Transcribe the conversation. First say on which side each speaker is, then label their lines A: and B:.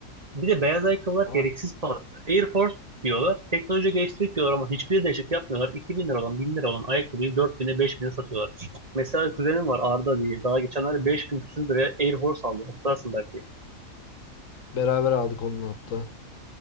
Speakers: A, on the right; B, on the left.
A: Bir de beyaz ayakkabılar
B: Ha,
A: gereksiz pahalı. Air Force diyorlar. Teknoloji geliştirdik diyorlar ama hiçbir değişik yapmıyorlar. 2000 lira olan 1000 lira olan ayakkabıyı 4000'e bin'e satıyorlar. Mesela kuzenim var Arda diye. Daha geçenlerde 5000 küsür liraya Air Force aldı. Hatırlarsın belki.
B: beraber aldık onun hatta.